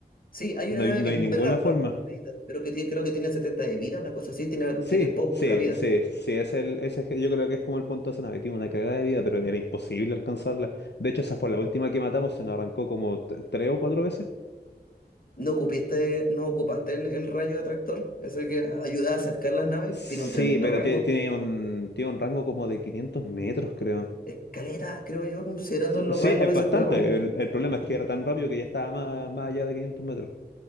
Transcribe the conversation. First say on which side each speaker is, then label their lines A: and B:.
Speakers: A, on the left (about 55°); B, on the left (about 75°).
A: Sí, hay
B: No
A: una
B: hay,
A: nave
B: no
A: que
B: hay
A: es muy
B: ninguna
A: ra-
B: forma.
A: ra- rapidita, pero que tiene- creo que tiene 70 de vida, una cosa así, tiene,
B: Sí,
A: tiene po-
B: sí,
A: poca vida.
B: sí, sí, ese es el, ese es- yo creo que es como el punto de esa nave, tiene una cagada de vida, pero era imposible alcanzarla. De hecho, esa fue la última que matamos, se nos arrancó como t- tres o cuatro veces.
A: ¿No ocupaste, no ocupaste el, el rayo de atractor? Ese que ayuda a acercar las naves.
B: Sí,
A: Tiene un tremendo
B: pero
A: rango.
B: tie- tiene un, tiene un rango como de 500 metros, creo.
A: Escaleta, creo yo, considerando los
B: Sí,
A: rangos
B: es
A: de
B: bastante.
A: ese juego.
B: El, el problema es que era tan rápido que ya estaba más, más allá de 500 metros.